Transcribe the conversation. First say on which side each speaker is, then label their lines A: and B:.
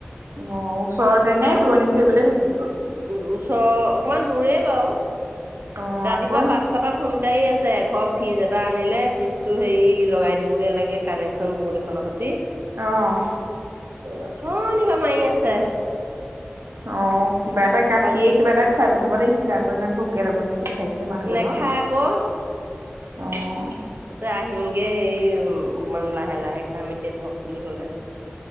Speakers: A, on the right; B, on the right.
A: অ' ওচৰতে নে দূৰণিত কৰিবলৈ গৈছে।
B: ওচৰৰ অকমান দূৰে বাৰু,
A: অ
B: ৰাতিপুৱা
A: আকৌ
B: পাঁচটাৰ পৰা ফোন কৰি আছে। এঘৰ ফ্ৰিজ এটা আনিলে ফ্ৰিজটো হেৰি লগাই দিবগৈ লাগে কানেকশ্যন ব'ৰ্ড এখনৰ সৈতে।
A: অহ'
B: অথনি পৰা মাৰি আছে।
A: অ' কিবা এটা
B: তাৰপা
A: গাখীৰ কিবা এটা খুৱাই পঠিয়াব লাগিছিলে, আকৌ ইমান ভোকে লঘনে। হেইছে মানুহজনক
B: নেখায় আকৌ
A: অ'
B: যে আহিমগে সেই অকমান লাহে লাহে খাই মেলি থ'ক বুলি ক'লে।